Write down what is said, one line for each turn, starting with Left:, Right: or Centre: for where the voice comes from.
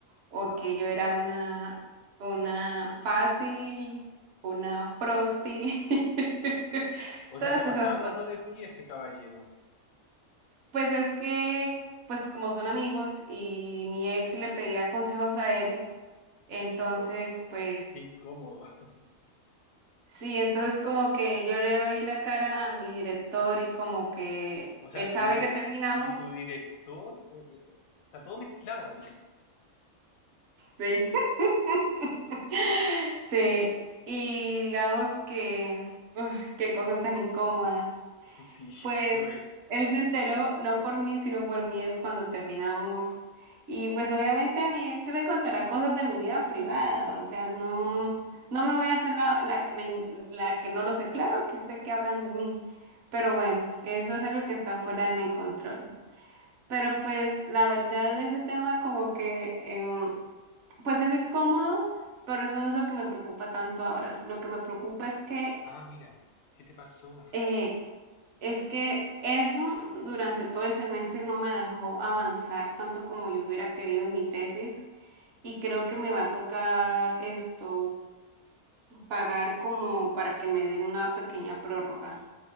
Right: o
Left: No.
Right: que yo era
Left: ah.
Right: una, una fácil, una prosti, <laughs>
Left: O
Right: todas
Left: sea, se pasaba
Right: esas cosas.
Left: hablando de ti ese caballero.
Right: Pues es que, pues como son amigos y mi ex le pedía consejos a él, entonces,
Left: Oh,
Right: pues
Left: qué incómodo. <laughs>
Right: sí, entonces como que yo le doy la cara a mi director y como que
Left: O sea,
Right: él sabe
Left: tu ex
Right: que terminamos.
Left: y tu director, eh, eh, está todo mezclado ahí.
Right: Sí. <laughs> Sí, y digamos que, uf, qué cosa tan incómoda.
Left: <laughs> Sí,
Right: Pues
Left: lo es.
Right: él se enteró, no por mí, sino por mí es cuando terminamos. Y pues obviamente mi ex le contará cosas de mi vida privada, o sea, no,
Left: Mm.
Right: no me voy a hacer la, la, que- la, in- la que no lo sé, claro que sé que hablan de mí, pero bueno, eso es algo que está fuera de mi control. Pero pues la verdad ese tema como que, em, pues es incómodo, pero eso no es lo que me preocupa tanto ahora. Lo que me preocupa es que...
Left: Ah, mira, ¿qué te pasó?
Right: eh, es que eso durante todo el semestre no me dejó avanzar tanto como yo hubiera querido en mi tesis y creo que me va a tocar esto pagar como para que me den una pequeña prórroga.